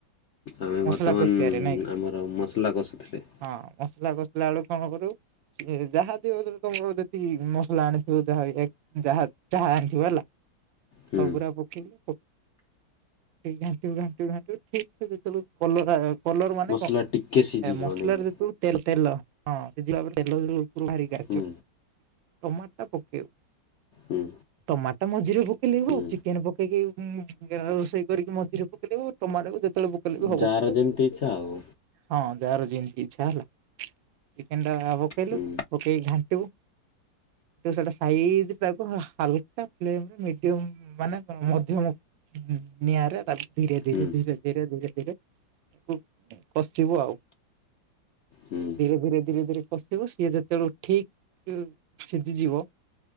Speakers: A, on the left (about 65°); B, on the right (about 80°).
A: ଆମେ
B: ମସଲା
A: ବର୍ତ୍ତମାନ
B: କଷିଆରେ ନାଇଁ କି
A: ଆମର ମସଲା କଷୁଥିଲେ।
B: ହଁ ମସଲା କସୁଥୁଲା ବେଳକୁ କଣ କରିବୁ ଯେ ଯାହା <unintelligible> ତମର ଯେତିକି ମସଲା ଆଣିଥିବ ଯାହା ଯାହା ଯାହା ଆଣିଥିବ ହେଲା।
A: ହୁଁ।
B: ସବୁରା ପକେଇବୁ ପ <unintelligible> ଘାଣ୍ଟିବୁ ଘାଣ୍ଟିବୁ ଘାଣ୍ଟିଵୁ ଠିକ୍ ସେ ଯେତେବେଳକୁ କଲର କଲର ମାନେ
A: ମସଲା
B: କ
A: ଟିକେ ସିଝିଯିବ
B: ଏ ମସଲା
A: ନାଇକି
B: ଯେତୁ ତେ ତେଲ। <unintelligible>
A: ହୁଁ
B: ଟମାଟ ଟା ପକେଇବୁ।
A: ହୁଁ।
B: ଟମାଟ ମଝିରେ ପକେଇଲେ ହଉ
A: ହୁଁ
B: ଚିକେନ ପ ପେଇକି ରୋଷେଇ କରିକି ମଝିରେ ପକେଇଦେବୁ ଟମାଟ କୁ ଯେତେବେଳେ ପ <unintelligible>
A: ଯାହାର ଯେମିତି ଇଚ୍ଛା ଆଉ।
B: ହଁ ଯାହାର ଯେମିତି ଇଚ୍ଛା ହେଲା ଚିକେନ ଟା ପକେଇଲୁ।
A: ହୁଁ
B: ପକେଇ ଘାଣ୍ଟିବୁ ସେଟା ସାଇଯୀ ତା ହାଲ୍କା ପ୍ଲେନ୍ ମିଡିୟମ ମାନେ ମଧ୍ୟମ ନିଆଁରେ ତା ଧୀରେ ଧୀରେ
A: ହୁଁ
B: ଧୀରେ ତାକୁ କଷିବୁ ଆଉ।
A: ହୁଁ
B: ଧୀରେ ଧୀରେ କସିବୁ ସିଏ ଯେ <unintelligible> ବେଳୁ ଠିକ୍ ସିଝିଯିବ